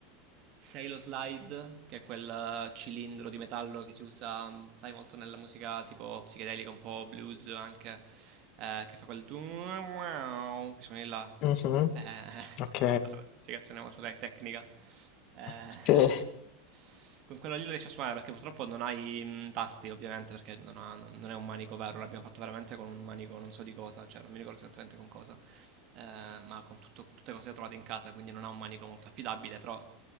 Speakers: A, on the right; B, on the left.
A: sei lo slide, che è quel eh, cilindro di metallo che si usa, mm, sai, molto nella musica tipo psichedelica, un po' blues anche, eh, che fa quel tu wow, che suoni là.
B: Mhm,
A: Eh,
B: Ok.
A: <laughs> l'altra spiegazione molto tec- tecnica. Eh,
B: Sì.
A: <laughs> con quello lì lo riesci a suonare perché purtroppo non hai mm, tasti, ovviamente, perché non, ha- non è un manico vero, l'abbiamo fatto veramente con un manico non so di cosa, cioè non mi ricordo esattamente con cosa eh, ma con tutto, tutte cose trovate in casa, quindi non ha un manico molto affidabile, però